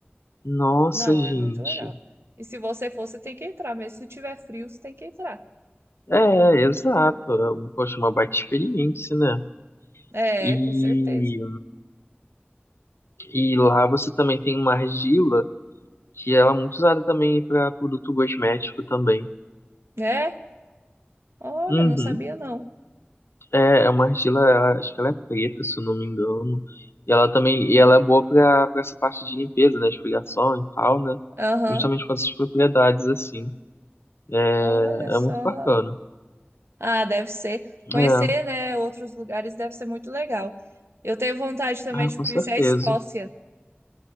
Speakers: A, on the left (about 85°); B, on the right (about 85°).
A: Nossa,
B: Não,
A: gente.
B: é muito legal. E se você for, você tem que entrar. Mesmo se tiver frio, você tem que entrar.
A: É, exato. Poxa, uma baita experiência, né?
B: É,
A: E,
B: com certeza.
A: e lá você também tem uma argila que ela é muito usada também para produto cosmético também.
B: É? Olha,
A: Uhum.
B: eu não sabia não.
A: É, é uma argila, ela- acho que ela é preta, se eu não me engano. E ela também, e
B: Hum.
A: ela é boa para essa parte de limpeza, né, esfoliação e tal, né?
B: Aham.
A: Justamente com essas propriedades assim. É,
B: Olha só.
A: é muito bacana.
B: Ah, deve ser. Conhecer,
A: É,
B: né, outros lugares deve ser muito legal. Eu tenho vontade também
A: ah,
B: de
A: com
B: conhecer
A: certeza.
B: a Escócia.